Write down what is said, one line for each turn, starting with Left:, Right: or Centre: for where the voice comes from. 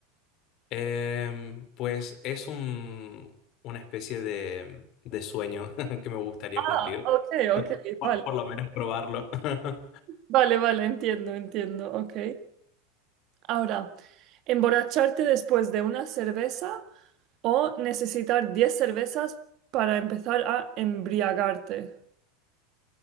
Left: Em, pues es un, una especie de, de sueño <laughs> que me gustaría
Right: Ah,
Left: cumplir.
Right: ok, ok,
Left: Por
Right: vale.
Left: por lo menos probarlo. <laughs>
Right: Vale, vale, entiendo, entiendo, ok. Ahora, ¿emborracharte después de una cerveza? O necesitar 10 cervezas para empezar a embriagarte.